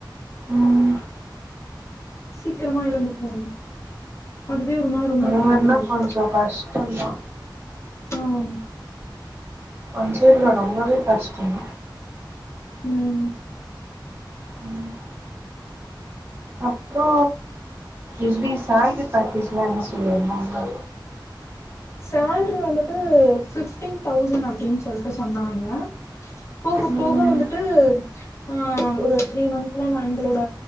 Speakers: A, on the right (about 30°); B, on the left (about 35°).
A: ஆமா
B: சீக்கிரமா எழுந்து போனோம் அதுவே ஒரு மாரி ரொம்ப
A: அந்த
B: டயர்டா
A: மாரினா
B: இருக்கும்
A: கொஞ்சோ கஷ்டந்தா
B: ஆம்
A: கொஞ்சோ இல்ல ரொம்பவே கஷ்டம்
B: ம்
A: ம் அப்றோ எப்டி சால்ரி பேக்கேஜ்லா என்ன சொல்லுவானோ இன்னு
B: சேல்ரி வந்துட்டு ஃபிஃப்டீன் தவுசண்ட் அப்டின் சொல்ட்டு சொன்னாங்க போக
A: ம்
B: போக வந்துட்டு அ அ ஒரு த்ரீ மந்த்ல நா எங்களோட